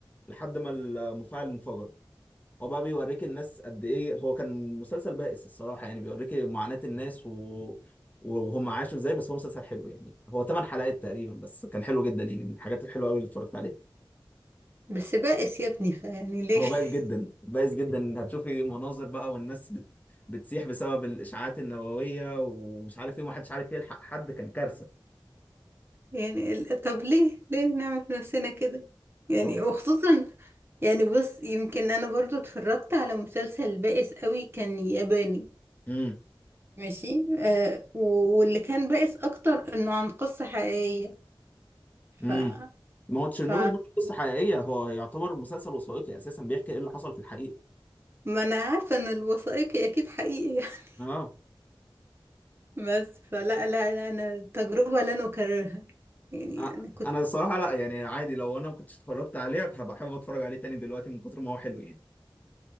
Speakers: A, on the left; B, on the right.
A: لحد ما المفاعل انفجر هو بقى بيوريك الناس قد ايه هو كان مسلسل بائس الصراحه يعني بيوريك معاناه الناس و وهم عاشوا ازاي بس هو مسلسل حلو يعني هو ثمان حلقات تقريبا بس كان حلو جدا يعني من الحاجات الحلوه قوي اللي اتفرجت عليها
B: بس بائس يا ابني فيعني ليه
A: هو
B: <laughs>
A: بايظ جدا بايظ جدا هتشوفي مناظر بقى والناس بت... بتسيح بسبب الاشعاعات النوويه ومش عارف ايه ومحدش عارف يلحق حد كان كارثه
B: يعني ال- طب ليه ليه نعمل في نفسنا كده يعني
A: خلاص
B: وخصوصا يعني بص يمكن انا برضو اتفرجت على مسلسل بائس قوي كان ياباني
A: امم
B: ماشي آه و- واللي كان بائس اكتر انه عن قصة حقيقية
A: امم
B: ف
A: ما هو تشيرنوبل
B: ف
A: ده قصه حقيقيه هو يعتبر مسلسل وثائقي اساسا بيحكي ايه اللي حصل في الحقيقه
B: ما انا عارفة ان الوثائقي اكيد حقيقي <laughs>
A: اه
B: بس فلا لا لا انا تجربة لن اكررها يعني
A: آه،
B: انا كنت
A: انا الصراحه لا يعني عادي لو انا ما كنتش اتفرجت عليه هبقى حابب اتفرج عليه تاني دلوقتي من كتر ما هو حلو يعني